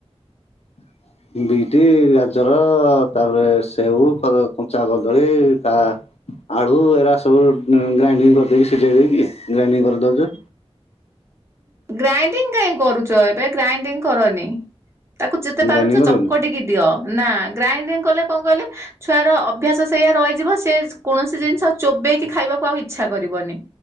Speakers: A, on the left (about 75°); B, on the right (about 25°).
A: ହଁ ବିଟି ଗାଜର ତାପରେ ସେଉ କ କଞ୍ଚା କଦଳୀ ତା ଆଳୁ ଏରା ସବୁ ଉଁ ଗ୍ରାଇଣ୍ଡିଙ୍ଗ କରିଦେଇକି ସିଝେଇ ଦେଇକି ଗ୍ରାଇଡିଙ୍ଗ କରିଦଉଚୁ।
B: ଗ୍ରାଇଡିଙ୍ଗ କାହିଁ କରୁଚ? ଏବେ ଗ୍ରାଇଡିଙ୍ଗ କରନି। ତାକୁ ଯେତେ
A: ଗ୍ରାଇଣ୍ଡିଙ୍ଗ
B: ପାରୁଚ
A: କରିବନି
B: ଚକଟିକି ଦିଅ ନା ଗ୍ରାଇଡିଂ କଲେ କଣ କହିଲେ ଛୁଆର ଅଭ୍ୟାସ ସେଇୟଆ ରହିଯିବ। ସେ କୌଣସି ଜିନିଷ ଚୋବେଇକି ଖାଇବାକୁ ଆଉ ଇଚ୍ଛା କରିବନି।